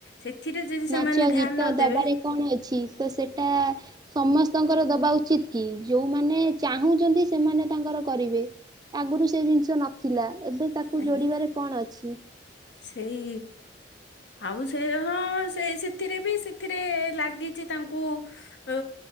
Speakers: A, on the left; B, on the right.
A: ସେଥିରେ ଯଦି
B: ନାଚ
A: ସେମାନେ ଧ୍ୟାନ
B: ଗୀତ
A: ନ
B: ଦବାରେ
A: ଦେବେ
B: କଣ ଅଛି? ତ ସେଟା ସମସ୍ତଙ୍କର ଦବା ଉଚିତ କି, ଯୋଉମାନେ ଚାହୁଁଚନ୍ତି ସେମାନେ ତାଙ୍କର କରିବେ। ଆଗରୁ ସେ ଜିନିଷ ନଥିଲା। ଏବେ, ତାକୁ
A: ଆଜ୍ଞା
B: ଯୋଡିବାରେ କଣ ଅଛି?
A: ସେଇ ଆଉ ସେ ହଁ ସେ ସେଥିରେ ବି ସେଥିରେ ଲାଗିଛି ତାଙ୍କୁ ଅ